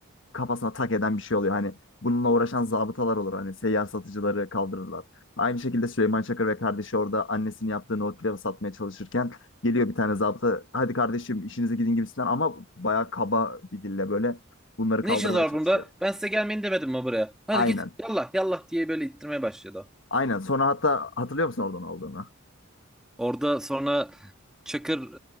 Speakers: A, on the left; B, in the centre.
A: kafasına tak eden bir şey oluyor. Hani bununla uğraşan zabıtalar olur. Hani seyyar satıcıları kaldırırlar. Aynı şekilde Süleyman Çakır ve kardeşi orada annesinin yaptığı nohut pilavı satmaya çalışırken geliyor bir tane zabıta. Hadi kardeşim işinize gidin gibisinden ama bayağı kaba bir dille böyle bunları kaldırmaya
B: Ne işiniz var
A: çalışıyor.
B: burada? Ben size gelmeyin demedim mi buraya? Hadi
A: Aynen.
B: git yallah yallah diye böyle ittirmeye başladı.
A: Aynen. Sonra hatta hatırlıyor musun orada ne olduğunu?
B: Orada sonra Çakır